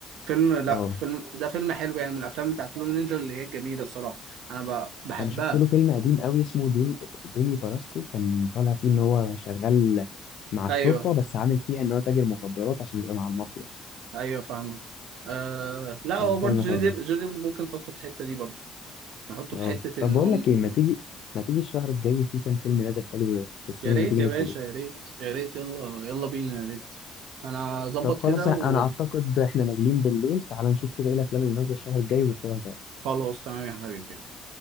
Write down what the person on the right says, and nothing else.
فيلم لا
فيلم ده فيلم حلو يعني من الافلام بتاعت لون نينجا اللي هي جميله الصراحه انا ب... بحبها
ايوه
ايوه فاهمك آه... لا
هو برضه جوني
ديب جوني ديب ممكن نحطه في الحته دي برضه نحطه
في حته
ان
هم
يا ريت
يا
باشا يا ريت يا ريت يلا يلا بينا يا ريت انا اظبط
كده
وقول
خلاص تمام يا حبيبي